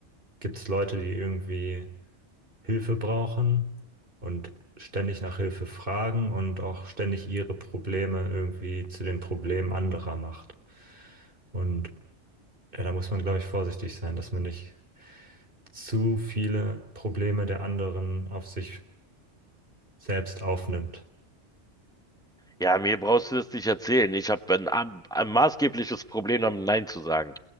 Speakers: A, on the right; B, in the centre.
A: gibt es Leute, die irgendwie Hilfe brauchen und ständig nach Hilfe fragen und auch ständig ihre Probleme irgendwie zu den Problemen anderer macht. Und ja, da muss man, glaube ich, vorsichtig sein, dass man nicht zu viele Probleme der anderen auf sich selbst aufnimmt.
B: Ja, mir brauchst du das nicht erzählen. Ich habe ein, am- ein maßgebliches Problem damit, Nein zu sagen.